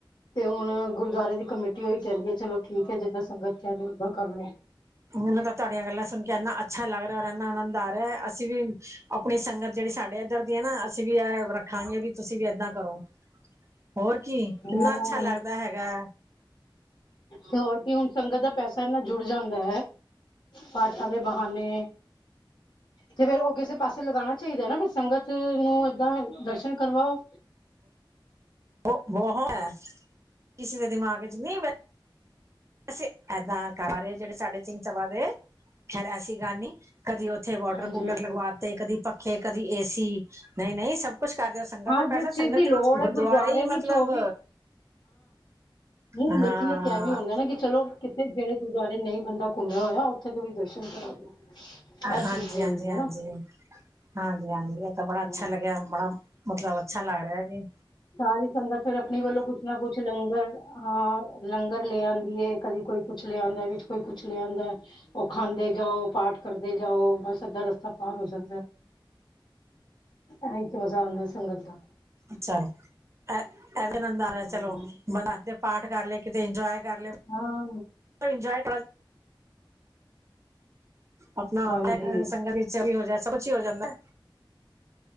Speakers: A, on the left (about 60°); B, on the right (about 35°).
A: ਤੇ ਹੁਣ ਗੁਰਦੁਆਰੇ ਦੀ ਕਮੇਟੀ ਓਹੀ ਕੈਂਦੀ ਏ ਚਲੋ ਠੀਕ ਐ ਜਿੱਦਾਂ ਸੰਗਤ ਚ ਆ ਤੇ ਓਦਾਂ ਕਰ ਲੋ।
B: ਮੈਨੂੰ ਤਾਂ ਤੁਹਾਡੀਆਂ ਗੱਲਾਂ ਸੁਣ ਕੇ ਐਨਾ ਅੱਛਾ ਲੱਗ ਰਿਆ ਔਰ ਐਨਾ ਆਨੰਦ ਆ ਰਿਆ ਅਸੀਂ ਵੀ ਆਪਣੀ ਸੰਗਤ ਜੇੜੀ ਸਾਡੇ ਇੱਧਰ ਦੀ ਐ ਨਾ ਅਸੀਂ ਵੀ ਐ ਰੱਖਾਂਗੇ ਵੀ ਤੁਸੀਂ ਵੀ ਏਦਾਂ ਕਰੋ। ਹੋਰ ਕੀ
A: ਹਮ
B: ਕਿੰਨਾ ਅੱਛਾ ਲੱਗਦਾ ਹੈਗੈ।
A: ਤੇ ਹੋਰ ਕੀ ਹੁਣ ਸੰਗਤ ਦਾ ਪੈਸਾ ਐਨਾ ਜੁੜ ਜਾਂਦੈ ਪਾਠਾਂ ਦੇ ਬਹਾਨੇ ਤੇ ਫੇਰ ਓ ਕਿਸੇ ਪਾਸੇ ਲਗਾਣਾ ਚਾਈਦਾ ਨਾ ਫੇਰ ਸੰਗਤ ਨੂੰ ਏਦਾਂ ਦਰਸ਼ਨ ਕਰਵਾਓ।
B: <unintelligible> ਐ ਕਿਸੀ ਦੇ ਦਿਮਾਗ ਚ ਨੀ ਅਸੀਂ ਏਦਾਂ ਕਰ ਰੇ ਜੇੜ੍ਹੇ ਸਾਡੇ ਸਿੰਘ ਸਭਾ ਦੇ ਖੈਰ ਐਸੀ ਗੱਲ ਨੀ ਕਦੇ ਉੱਥੇ ਵੋਟਰ
A: ਹਾਂਜੀ
B: ਕੂਲਰ
A: ਹਾਂਜੀ
B: ਲਗਵਾ ਤੇ ਕਦੀ ਪੱਖੇ ਕਦੀ ਏਸੀ ਨਈ-ਨਈ ਸਭ ਕੁੱਛ ਕਰਦੇ ਓ ਸੰਗਤ
A: ਹਾਂ
B: ਦਾ
A: ਜਿਸ
B: ਪੈਸਾ
A: ਚੀਜ਼
B: ਸੰਗਤ
A: ਦੀ ਲੋੜ
B: ਦੇ ਵਿੱਚ ਗੁਰਦੁਆਰੇ
A: ਹੈ
B: ਈ
A: ਵਿੱਚ
B: ਮਤਲਬ
A: ਉਹ ਨਈ
B: ਹਾਂ
A: ਲੇਕਿਨ ਇਕ ਐ ਵੀ ਹੁੰਦਾ ਨਾ ਕਿ ਚਲੋ ਕਿ ਜੇੜ੍ਹੇ ਗੁਰਦੁਆਰੇ ਨਈ ਬੰਦਾ ਘੁੰਮਿਆ ਹੋਇਆ ਉੱਥੇ ਦੇ ਵੀ ਦਰਸ਼ਨ ਕਰਾ ਦੋ। ਇਹ
B: ਹਾਂਜੀ-ਹਾਂਜੀ-ਹਾਂਜੀ
A: ਚੀਜ਼ ਵੀ ਹੁੰਦੀ ਹੈ ਨਾ
B: ਹਾਂਜੀ-ਹਾਂਜੀ ਐ ਤਾਂ ਬੜਾ
A: ਹਮ
B: ਅੱਛਾ ਲੱਗਿਆ ਬੜਾ ਮਤਲਬ ਅੱਛਾ ਲੱਗ ਰਿਆ ਕੀ
A: ਸਾਰੀ ਸੰਗਤ ਫਿਰ ਆਪਣੀ ਵੱਲੋਂ ਕੁੱਛ ਨਾ ਕੁੱਛ ਲੰਗਰ ਹਾਂ ਲੰਗਰ ਲੇ ਆਂਦੀ ਏ ਕਦੀ ਕੋਈ ਕੁੱਛ ਲੇ ਆਉਂਦਾ ਵਿੱਚ ਕੋਈ ਕੁੱਛ ਲੇ ਆਉਂਦੈ। ਓ ਖਾਂਦੇ ਜਾਓ ਪਾਠ ਕਰਦੇ ਜਾਓ ਬਸ ਅੱਧਾ ਰਸਤਾ ਪਾਰ ਹੋ ਜਾਂਦੈ। ਆਈ ਤੇ ਮਜ਼ਾ ਆਂਦਾ ਸੰਗਤ ਦਾ।
B: ਅੱਛਾ ਐ ਐਦੇ <unintelligible> ਚਲੋ
A: ਹਾਂ
B: ਕੇ ਪਾਠ ਕਰਲੇ ਕਿਤੇ ਇੰਜੋਏ ਕਰ ਲੈਂਦਾ
A: ਹਾਂ
B: ਇੰਜੋਏ ਆਪਣਾ
A: ਹਾਂਜੀ
B: ਸੰਗਤ ਵਿੱਚ ਵੀ ਹੋ ਜਾਦਾ ਸਭ ਕੁਛ ਹੀ ਹੋ ਜਾਂਦਾ